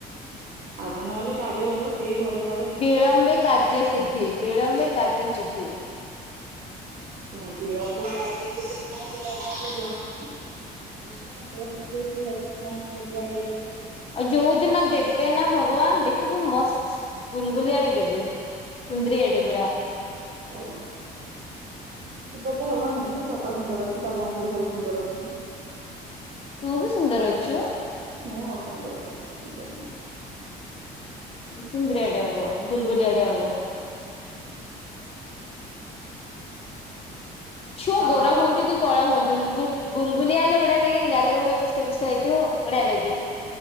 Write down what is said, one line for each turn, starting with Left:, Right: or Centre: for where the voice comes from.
Right: ଆଜି ନହେଲେ କାଲି ହବ ସେଇ ଭରସା।
Left: ବିଳମ୍ବେ କାର୍ଯ୍ୟ ସିଦ୍ଧି ବିଳମ୍ବେ କାର୍ଯ୍ୟ ସିଦ୍ଧି।
Right: ଶୁଣୁ ବିଳମ୍ବ କାର୍ଯ୍ୟ ସିଧି ମୋତେ ଜଣା ନାହିଁ। ଯେବେ ହେବାର ଥିବ ସେ ହବ। ମୁଁ ମୁଣ୍ଡ ବାଡେଇଲେ
Left: ଆଉ ଯୋଉ ଦିନ ଦେବେ ନା ଭଗବାନ ଦେଖିବୁ ମସ୍ତ ଗୁଲଗୁଲିଆ ଟେ ଦେବେ। ସୁନ୍ଦରିଆ ଟେ ପୁରା।
Right: ହଉ। ତ ତୋର ଟେ ହବନି କି ବାପା ସୁନ୍ଦର ଅଛି ତା ବଂଶରେ ସବୁ ସୁନ୍ଦର ଅଛନ୍ତି।
Left: ତୁ ବି ସୁନ୍ଦର ଅଛୁ।
Right: ମୁଁ ଅସୁନ୍ଦର <unintelligible>
Left: ସୁନ୍ଦରଆଡେ ଆବ ଗୁଲଗୁଲିଆଡେ ହବା।
Right: ହ।
Left: ଛୁଆ
Right: ତା
Left: ଗୋରା
Right: ବା
Left: ହୁଅନ୍ତୁ କି କଳା ହୁଅନ୍ତୁ ଗୁଲଗୁଲିଆ ହେଲେ ବଢିଆ ଲାଗନି ଗାଲ ଗୋଡା ପୁଚକା ପୁଚକା ଯାଇଥିବ। ବଢିଆ ଲାଗେ